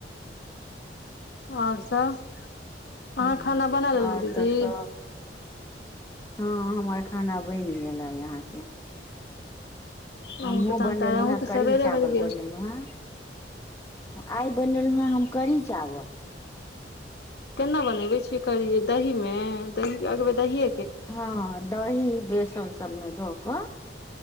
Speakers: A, on the left (about 65°); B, on the left (about 15°).
A: और सब अहाँ
B: हँ
A: खाना बना लेलहु
B: आओर
A: दीदी
B: सब सब हँ हमर खाना बनि गेल आई आहाँ के
A: अहूँके
B: हमहूँ
A: तहन
B: बनेलहुँ
A: तऽ अहूँके
B: हे
A: सबेरे
B: कढ़ी चावल
A: बनि गेल
B: बनेलहुँ हे आय बनेलहु हे हम करी चावल
A: केना बनेबे छी करी दही में दही अगबे दहि
B: हँ दही बेसन सबमे दऽ कऽ